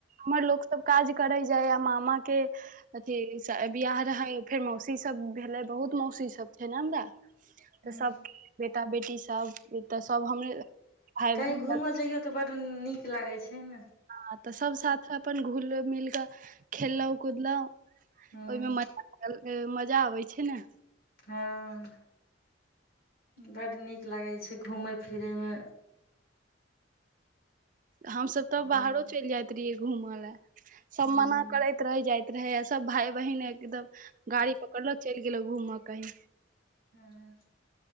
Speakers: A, on the right; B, on the left.
A: हमर लोक सब काज करै जायया मामा के। अथी बियाह रहै फेर मौसी सब भेलै बहुत मौसी सब छै ने हमरा। तऽ
B: हूँ
A: सब बेटा -बेटी सब तऽ सब हमरे। भाय बहिन
B: कहीँ घूमय
A: लड़का
B: जइयौ तऽ बड्ड नीक लागै छै नऽ।
A: हँ तऽ सब साथ अपन घुल मिल कऽ खेललौ कुदलौ।
B: हूँ
A: ओय मे म- मजा आबै छै ने।
B: हँ बड्ड नीक लागै छै घूमैय फिरैमे।
A: हमसब तऽ
B: हूँ
A: बाहरो चैलजाइत रहियै घूमऽ लए सब
B: हूँ
A: मना करैत। रहि जाइत रहे सब भाय बहिन एकदम गाड़ी पकड़लो चैल गेलौ घूमऽ कहीं।
B: हँ।